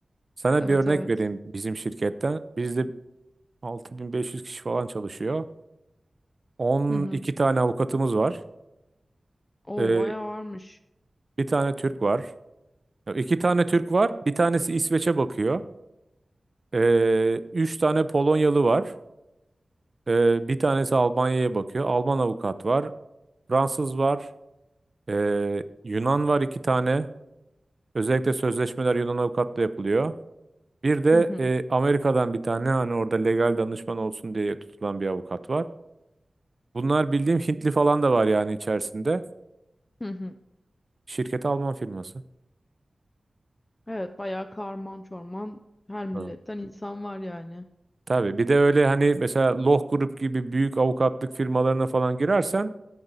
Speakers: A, on the right; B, on the left.
A: Sana
B: Evet,
A: bir örnek
B: evet.
A: vereyim bizim şirketten. Bizde 6500 kişi falan çalışıyor. 12
B: Hı hı.
A: tane avukatımız var.
B: O
A: Ee,
B: bayağı varmış.
A: bir tane Türk var. Ya İki tane Türk var. Bir tanesi İsveç'e bakıyor. Ee, üç tane Polonyalı var. Ee, bir tanesi Almanya'ya bakıyor. Alman avukat var. Fransız var. Ee, Yunan var iki tane. Özellikle sözleşmeler Yunan avukatla yapılıyor. Bir de
B: Hı hı.
A: e, Amerika'dan bir tane hani orada legal danışman olsun diye tutulan bir avukat var. Bunlar bildiğim Hintli falan da var yani içerisinde.
B: Hı hı.
A: Şirketi Alman firması.
B: Evet, bayağı karman çorman her milletten
A: Ha.
B: insan var yani.
A: Tabii bir de öyle hani mesela Loh Grup gibi büyük avukatlık firmalarına falan girersen